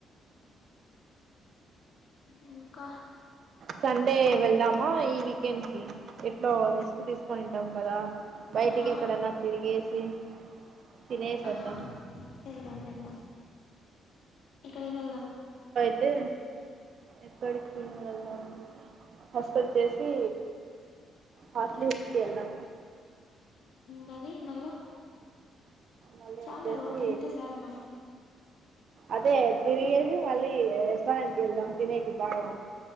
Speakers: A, on the left (about 75°); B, on the right (about 60°).
A: ఇంకా
B: సండే వెళ్దామా ఈ వీకెండ్ కి ఎట్లో రెస్ట్ తీసుకొనింటాం కదా బయటికి
A: ఆ
B: ఎక్కడన్నా తిరిగేసి తినేసి
A: ఆ
B: వద్దాం
A: వెల్దాం వెల్దాం ఇక్కడికి వెళ్దాం
B: అంటే ఎక్కడికి మళ్ళ హసపత్ చేసి హస్ట్లీ హస్క ఎల్ా
A: మరి మళ్ళా
B: మళ్ళీ
A: చాలదిటి
B: వచ్చేసి
A: రతే చాల మ
B: అదే తిరిగేసి మళ్ళీ రెస్టారెంట్ కి వెళ్దాం తినేటి బాగా